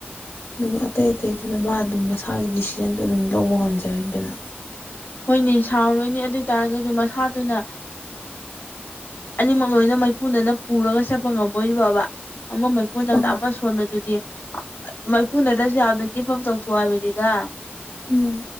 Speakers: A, on the left; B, on the left.
A: ꯑꯗꯨꯒ ꯑꯇꯩ ꯑꯇꯩꯗꯨꯅ ꯃꯥ ꯑꯗꯨꯝ ꯃꯁꯥꯒꯤ ꯗꯤꯁꯤꯖꯟꯗꯣ ꯑꯗꯨꯝ ꯂꯧꯕ ꯉꯝꯖꯔꯅꯤꯗꯅ
B: ꯍꯣꯏꯅꯦ ꯁꯥꯎꯔꯣꯏꯅꯦ ꯑꯗꯨ ꯑꯣꯏ ꯇꯔꯒꯁꯨ ꯃꯁꯥꯗꯨꯅ ꯑꯅꯤꯃꯛ ꯅꯣꯏꯅ ꯃꯩꯄꯨꯅꯅ ꯄꯨꯔꯒ ꯆꯠꯄ ꯉꯝꯃꯣꯏꯔꯤꯕꯕ ꯑꯃ ꯃꯩꯐꯨ ꯇꯗ
A: ꯄꯪ
B: ꯑꯃ ꯁꯣꯟꯕꯗꯨꯗꯤ ꯃꯩꯐꯨꯅꯗꯁꯨ ꯌꯥꯝꯅ ꯀꯦꯞꯐꯝ ꯇꯧꯊꯣꯛꯑꯕꯅꯤꯗ
A: ꯎꯝ